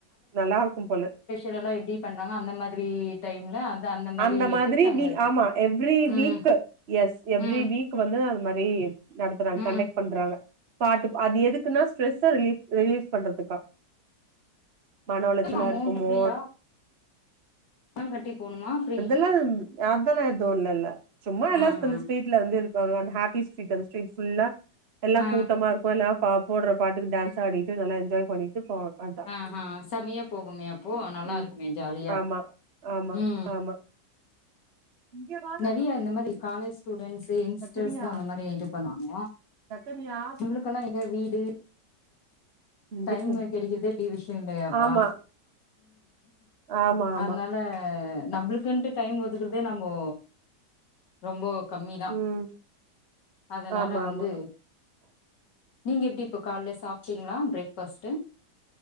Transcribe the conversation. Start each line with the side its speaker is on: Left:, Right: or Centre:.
Right: நல்லாருக்கு போல
Left: இதெல்லா எப்டி பண்றாங்க அந்த மாதிரி டைம்ல மாரி
Right: அந்த மாதிரி
Left: எஃபெக்ட் அங்க
Right: வீ
Left: இருக்கு
Right: ஆமா எவ்ரி
Left: ம்
Right: வீக் எஸ் எவ்ரி
Left: ம்
Right: வீக் வந்து அது மாரி நடத்துறாங்க
Left: ம்
Right: கண்டக்ட் பண்றாங்க பாட்டுப் அது எதுக்குனா ஸ்ட்ரெஸ்ஸ ரிலீஸ் ரிலீஸ் பண்றதுக்கா மன உளச்சலா
Left: அமௌண்ட்
Right: இருக்குமோ
Left: ஃப்ரீயா பணம் கட்டி போனுமா ஃப்ரீ
Right: ஆ அதெல்லா எது இல்லல்ல சும்மா எல்லா
Left: ஆ
Right: அந்த
Left: ஆ
Right: ஸ்ட்ரீட்ல வந்து இருப்பாங்க அந்த ஹாப்பிஸ் சீட் அது ஸ்ட்ரீட் ஃபுல்லா எல்லா
Left: ஆ
Right: கூட்டமாருக்கு எலா பா போடுற பாட்டுக்கு டான்ஸ் ஆடிட்டு நல்லா என்ஜாய் பண்ணிட்டு போவாங்க அதா
Left: ஆ ஆ செமையா போகுமே அப்போ நல்லா
Right: ம்
Left: இருக்குமே ஜாலியா
Right: ஆமா ஆமா
Left: ம்
Right: ஆமா இங்க வாடா
Left: நெறைய இந்த மாதிரி காலேஸ் ஸ்டூடெண்ட்ஸு யங்ஸ்டர்ஸ்தா
Right: சக்கரியா
Left: அந்த மாரி இது பண்ணாங்க
Right: சக்கரியா
Left: நம்ளுக்கெல்லா எங்க வீடு
Right: இங்க
Left: டைமு
Right: போ
Left: கெடைக்றதே பெரிய விஷயொ இல்லையாப்பா
Right: ஆமா ஆமா ஆமா
Left: அத்னால ஆ நம்ளுக்குன்ட்டு டைம் ஒதுக்குறதே நம்போ ரொம்பொ கம்மிதா
Right: ம்
Left: அதனால
Right: ஆமா
Left: வந்து
Right: ஆமா
Left: நீங்க எப்டி இப்ப கால்ல சாப்டீங்ளா பிரேக் ஃபாஸ்ட்டு